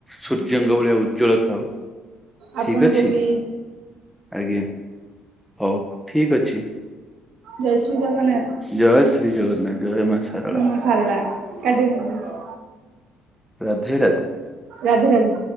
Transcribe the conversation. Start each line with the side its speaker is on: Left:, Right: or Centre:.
Centre: ସୂର୍ଯ୍ୟଙ୍କ ଭଳିଆ ଉଜ୍ଜଳ ଥାଉ
Right: ଆପଣଙ୍କୁ
Centre: ଠିକ ଅଛି
Right: ବି
Centre: ଆଜ୍ଞା ହଉ ଠିକ ଅଛି
Right: ଜୟ ଶ୍ରୀ ଜଗନ୍ନାଥ।
Centre: ଜୟ ଶ୍ରୀ ଜଗନ୍ନାଥ। ଜୟ ଶାରଳା
Right: ହୁଁ ମା ସାରଳା କାଟିଦିଅନ୍ତୁ।
Centre: ରାଧେ ରାଧେ।
Right: ରାଧେ ରାଧେ।